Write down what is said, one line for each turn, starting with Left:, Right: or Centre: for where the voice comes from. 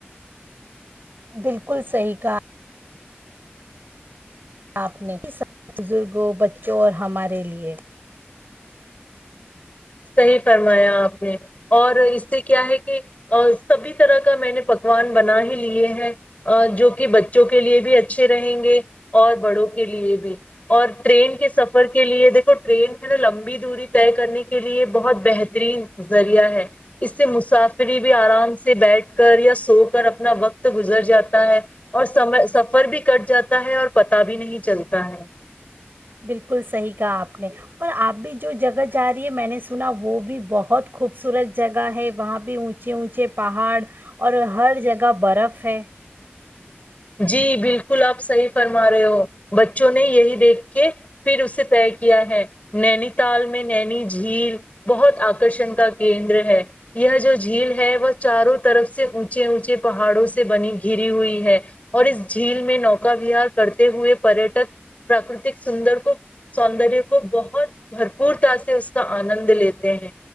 Right: بالکل صحی کا آپ نے ک بزرگوں بچوں اور ہمارے لیئے
Left: صحیح فرمایا آپ نے اور اس سے کیا ہے کہ سبھی طرح کا میں نے پکوان بنا ہی لیے ہیں جو کہ بچوں کے لیے بھی اچا اچھے رہیں گے اور بڑوں کے لیے بھی اور ٹرین کے سفر کے لیے دیکھو ٹرین جو نا لمبی دوری طے کرنے کی کے لیے بہت بہترین ذریعہ ہے اس سے مسافری بھی آرام سے بیٹھ کر یا سو کر اپنا وقت گزر جاتا ہے اور سم سفر بھی کٹ جاتا ہے اور پت بھی نہیں چلتا ہے
Right: بالکل صحیح کہا آپ نے اور آپ بھی جو جگہ جا رہی ہے میں نے سنا وہ بھی بہت خوبصورت جگہ ہے وہاں بھیہ اونچے اونچے پہاڑ اور ہر جگہ برف ہے
Left: جی بالکل آپ صحیح فرما رہے ہو بچوں نے یہی دیکھ کے پھر اسے طے کیا ہے نینی تال میں نینی جھیل بہت آکرشن کا کیندر ہے یہ جو جھیل ہے وہ چاروں طرف سے اونچے اونچے پہاڑوں سے بنی گھری ہوئی ہے اور اس جھیل میں نوکا وہار کرتے تے ہوئے پریٹک پراکرتک سندر کو سوندر کو بہت بھرپورتا سے اس کا آنند لیتے ہیں